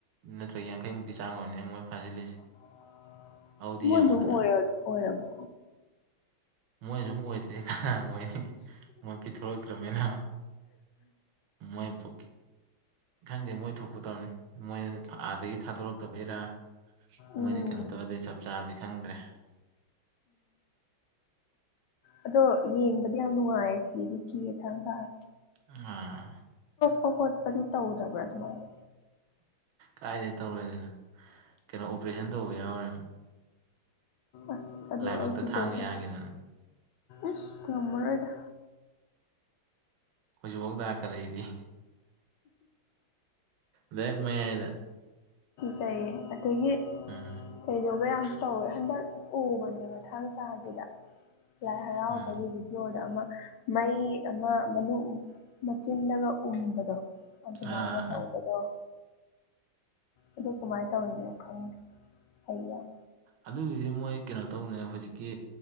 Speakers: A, on the right; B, on the left.
A: ꯅꯠꯇ꯭ꯔꯒ ꯌꯥꯡꯈꯩꯃꯨꯛꯀꯤ ꯆꯥꯡ ꯑꯣꯏꯔꯕꯅꯤꯅ ꯃꯣꯏ ꯐꯥꯖꯤꯜꯂꯤꯁꯦ
B: ꯎ
A: ꯑꯗꯨꯗꯤ
B: ꯃꯣꯏꯗꯨ
A: ꯌꯦꯡꯉꯣꯗꯅ
B: ꯑꯣꯏꯔ ꯑꯣꯏꯔꯕ
A: ꯃꯣꯏꯅ ꯁꯨꯝ ꯑꯣꯏꯗꯗꯤ ꯀꯅꯥ ꯑꯣꯏꯅꯤ ꯃꯣꯏ ꯄꯤꯊꯣꯔꯛꯇ꯭ꯔꯕꯅꯤꯅ ꯃꯣꯏ ꯄ ꯈꯪꯗꯦ ꯃꯣꯏ ꯊꯣꯛꯄ ꯇꯧꯔꯅꯤ ꯃꯣꯏ ꯑꯥꯗꯒꯤ ꯊꯥꯗꯣꯔꯛꯇꯕꯩꯔꯥ
B: ꯎꯝ
A: ꯃꯣꯏꯅ ꯀꯩꯅꯣ ꯇꯧꯔꯗꯤ ꯆꯞ ꯆꯥꯕꯗꯤ ꯈꯪꯗ꯭ꯔꯦ
B: ꯑ ꯌꯦꯗꯤꯅꯨꯡꯉꯌꯦ ꯀ ꯊꯀꯥꯔ
A: ꯑꯥ
B: ꯈ ꯈꯣꯠꯄꯗꯤ ꯇꯧꯗꯕ꯭ꯔꯥ ꯑꯗꯨꯃꯥꯏꯅ
A: ꯀꯥꯏꯗꯩ ꯇꯧꯔꯗꯅ ꯀꯩꯅꯣ ꯑꯣꯄꯔꯦꯁꯟ ꯇꯧꯕ ꯌꯥꯎꯔꯦꯅ
B: ꯑꯁ ꯑꯗꯨ
A: ꯂꯥꯏꯕꯛꯇ
B: ꯑꯩ ꯄꯖꯩꯗ
A: ꯊꯥꯡꯅ ꯌꯥꯟꯈꯤꯗꯅ
B: ꯏꯁ ꯃꯃꯔꯣꯗ
A: ꯍꯧꯖꯤꯛꯐꯥꯎꯗꯥꯛꯀ ꯂꯩꯔꯤ ꯗ ꯃꯌꯥꯏꯗ
B: ꯀꯩꯌꯦ ꯑꯗꯒꯤ
A: ꯎꯝ
B: ꯀꯩꯗꯧꯕ ꯌꯥꯝ ꯇꯧꯋꯦ ꯍꯟꯗꯛ ꯎꯕꯅꯦꯕ ꯊꯥꯡ ꯇꯥꯗꯨꯗ ꯌꯥꯏ ꯍꯔꯥꯎꯕꯒꯤ
A: ꯎꯝ
B: ꯚꯤꯗꯤꯑꯣꯗ ꯑꯃꯨꯛ ꯃꯩ ꯑꯃ ꯃꯅꯨꯡ ꯃꯆꯤꯜꯂꯒ ꯎꯕꯗꯣ ꯑꯗꯨꯃꯥꯏꯅ
A: ꯑꯥ
B: ꯇꯧꯕꯗꯣ ꯑꯗꯨ ꯀꯃꯥꯏꯅ ꯇꯧꯔꯤꯅꯣ ꯈꯪꯗꯦ ꯍꯩ ꯌꯥꯏ
A: ꯑꯗꯨꯒꯤꯗꯤ ꯃꯣꯏ ꯀꯩꯅꯣ ꯇꯧꯅꯦ ꯍꯧꯖꯤꯛꯀꯤ